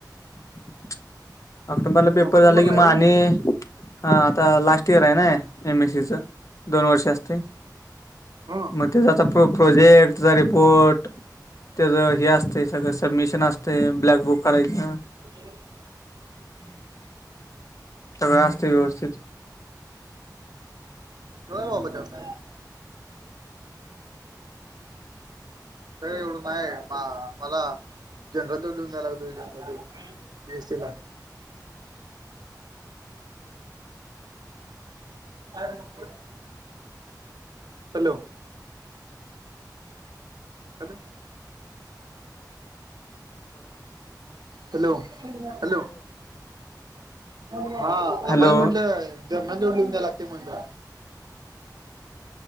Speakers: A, on the left; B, on the right.
A: <inaudible> ऑक्टोंबरला पेपर
B: ऑक्टोबरला
A: झाले कि मग
B: आहे होय
A: आणि आता लास्ट इयर आहे ना एम एससी च दोन वर्ष असते.
B: हो.
A: मग ते आता प्र प्रोजेक्ट त्याचा रिपोर्ट त्याचं हे असतं सगळं सबमिशन असते ब्लॅक बुक करायच.
B: हम <unintelligible>
A: सगळ असते व्यवस्थित.
B: व बजा साहेब <unintelligible> सगळ एवढं नाही मला जनरल <unintelligible> रद्द देऊन द्यायला लागत. बी, एस, सी ला
A: <inaudible>
B: अ <unintelligible> हॅलो. ह ना. Hello, hello. हा
A: हॅलो
B: आम्हाला म्हटलं जनरल जोडुन द्याय लागते म्हटल.